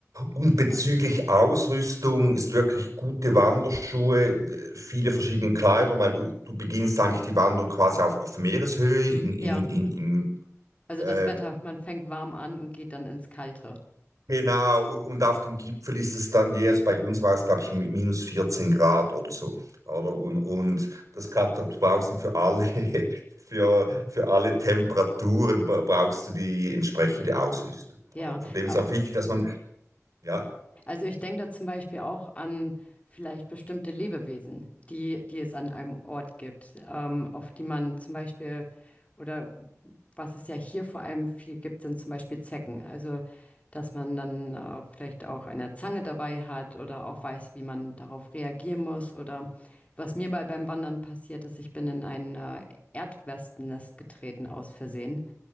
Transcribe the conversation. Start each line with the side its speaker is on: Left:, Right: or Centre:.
Right: Und
Left: ah
Right: bezüglich
Left: ja.
Right: Ausrüstung ist wirklich gute Wanderschuhe, äh, viele verschiedene Kleider, weil du, du beginnst eigentlich die Wanderung quasi auf, auf Meereshöhe in, in,
Left: Ja.
Right: in, in
Left: Also
Right: äh,
Left: das Wetter, man fängt warm an und geht dann ins Kalte.
Right: genau, und, und auf dem Gipfel ist es dann jeweils, bei uns war es, glaube ich, mi- minus 14 Grad oder so. Oder? Und, und das kann, du brauchst dann für alle, <laughs> für, für alle Temperaturen bra- brauchst du die entsprechende Ausrüstung.
Left: Ja,
Right: Oder? Und Von dem
Left: aber
Right: ist auch wichtig, dass man, ja,
Left: also ich denke da zum Beispiel auch an vielleicht bestimmte Lebewesen, die, die es an einem Ort gibt, ähm, auf die man zum Beispiel oder was es ja hier vor allem viel gibt, sind zum Beispiel Zecken. Also dass man dann äh, vielleicht auch eine Zange dabei hat oder auch weiß, wie man darauf reagieren muss oder was mir mal beim Wandern passiert ist, ich bin in ein äh, Erdwespennest getreten aus Versehen.